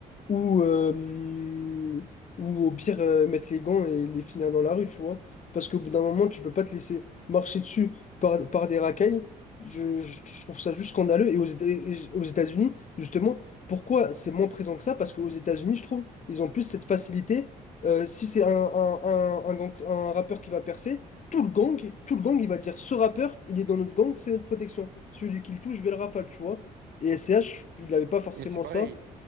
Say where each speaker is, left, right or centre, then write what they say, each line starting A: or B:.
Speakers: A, on the left; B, on the right.
A: ou, euh, ou au pire euh, mettre les gants et les finir dans la rue, tu vois. Parce qu'au bout d'un moment, tu peux pas te laisser marcher dessus par, par des racailles. Je, je trouve ça juste scandaleux. Et aux, Éta- et aux États-Unis, justement, pourquoi c'est moins présent que ça? Parce qu'aux États-Unis, je trouve, ils ont plus cette facilité. Euh, si c'est un, un, un, un gang- un rappeur qui va percer, tout le gang, tout le gang, il va dire ce rappeur, il est dans notre gang, c'est notre protection. Celui qui le touche, je vais le rafale, tu vois. Et SCH, il n'avait pas forcément
B: Mais c'est pareil.
A: ça.